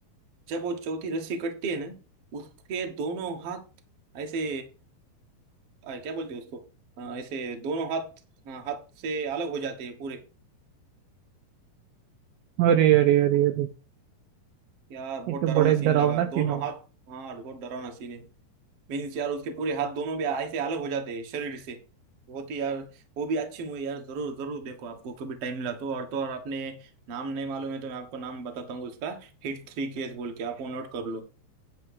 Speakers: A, on the right; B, on the right.
A: जब वो चौथी रस्सी कटती है ना उसके दोनों हाथ ऐसे आ, क्या बोलते हैं उसको आ, ऐसे दोनों हाथ हाँ, हाथ से अलग हो जाते हैं पूरे
B: अरे अरे अरे अरे
A: यार बहुत
B: ये तो
A: डरावना
B: बड़ा ही
A: सीन
B: डरावना
A: लगा
B: सीन
A: दोनों
B: हो गया।
A: हाथ हाँ बहुत डरावना सीन है मीन्स यार उसके पूरे हाथ दोनों भी ऐसे अलग हो जाते हैं शरीर से बहुत ही यार वो भी अच्छी मूवी यार जरूर जरूर देखो आपको कभी टाइम मिला तो और तो और आपने नाम नहीं मालूम है तो मैं आपको नाम बताता हूँ उसका हिट थ्री केस बोल के आप वो नोट कर लो